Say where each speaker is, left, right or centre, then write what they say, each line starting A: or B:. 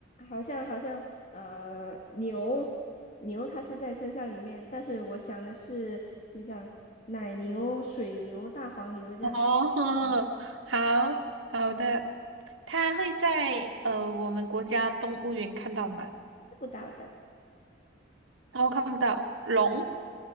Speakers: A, on the left; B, on the right.
A: 好像好像呃牛牛它是在生肖里面，但是我想的是，比如讲奶牛、水牛、大黄牛这样，
B: 哦，<laughs>
A: 嗯，
B: 好好的，它会在呃我们国家动物园看到吗？
A: 不到的
B: 哦，看不到龙。